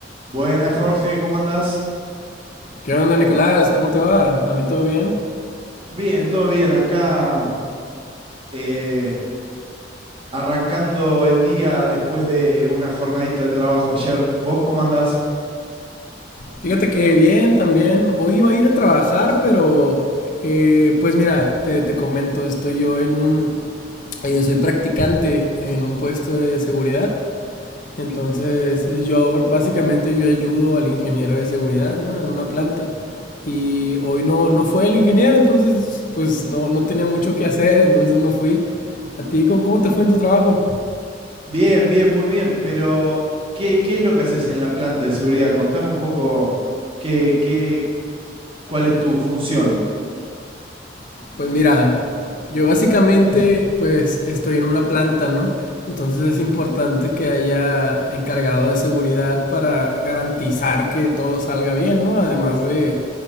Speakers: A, on the right; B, on the left.
A: Buenas, Jorge, ¿cómo andás?
B: ¿Qué onda, Nicolás? ¿Cómo te va? ¿A mí todo bien?
A: Bien, todo bien. Acá eh, arrancando el día después de una jornadita de trabajo ayer. ¿Vos cómo andás?
B: Fíjate que bien también. Hoy iba a ir a trabajar, pero eh, pues mira, te, te comento, estoy yo en un... eh, soy practicante en un puesto de seguridad. Entonces yo básicamente yo ayudo al ingeniero de seguridad, ¿no? En una planta. Y hoy no, no fue el ingeniero, entonces pues no, no tenía mucho que hacer, entonces no fui. ¿A ti cómo, cómo te fue en tu trabajo?
A: Bien, bien, muy bien. Pero, ¿qué, qué es lo que haces en la planta de seguridad? Contame un poco qué, qué, cuál es tu función,
B: Pues mira, yo básicamente pues estoy en una planta, ¿no? Entonces es importante que haya encargado de seguridad para garantizar que todo salga bien, ¿no? Además de